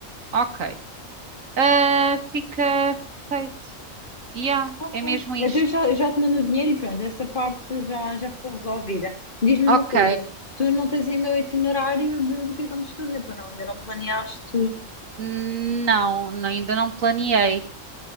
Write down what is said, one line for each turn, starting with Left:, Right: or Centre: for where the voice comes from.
Right: Ok. Ah, fica feito. Yeah,
Left: Ok.
Right: é mesmo isto.
Left: Então eu já, eu já te mando o dinheiro e pronto, essa parte já, já ficou resolvida. Diz-me
Right: Ok.
Left: uma coisa, tu não tens ainda o itinerário de- do que é que vamos fazer, pois não? Ainda não planeaste?
Right: Não, não- ainda não planeei.